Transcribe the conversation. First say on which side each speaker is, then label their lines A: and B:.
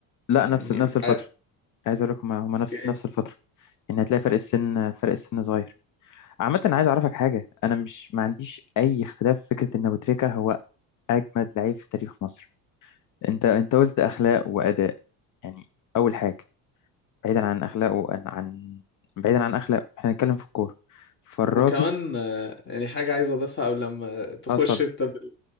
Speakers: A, on the left (about 45°); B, on the left (about 25°).
A: لا
B: يعني
A: نفس نفس
B: مش
A: الفترة
B: عارف
A: عايز أقول لكم هما هما نفس
B: اوكي
A: نفس الفترة إن هتلاقي فرق السن فرق السن صغير عامة أنا عايز أعرفك حاجة أنا مش ما عنديش أي اختلاف في فكرة إن أبو تريكة هو أجمد لعيب في تاريخ مصر أنت أنت قلت أخلاق وأداء يعني أول حاجة بعيدا عن أخلاقه عن عن- بعيدا عن أخلاقه إحنا هنتكلم في الكورة فالراجل
B: وكمان آه، يعني حاجة عايز أضيفها قبل لما تخش
A: آه، اتفضل
B: أنت بال...